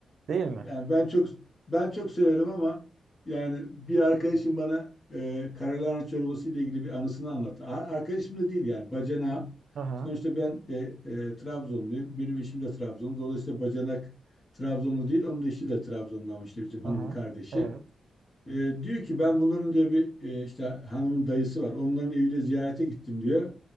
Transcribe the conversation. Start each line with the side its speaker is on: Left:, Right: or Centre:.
Right: Değil mi?
Left: Yani ben çok ben çok severim ama yani bir arkadaşım bana e, karalahana çorbası ile ilgili bir anısını anlattı. Ar- Arkadaşım da değil yani bacanağı.
Right: Hı hı.
Left: Sonuçta ben e, e, Trabzonluyum. Benim eşim de Trabzonlu. Dolayısıyla bacanak Trabzonlu değil. Onun da eşi de Trabzonlu ama işte bizim hanımın
Right: Hı hı.
Left: kardeşi.
Right: Evet.
Left: E, diyor ki ben bunların diyor bir e, işte hanımın dayısı var. Onların evine ziyarete gittim diyor.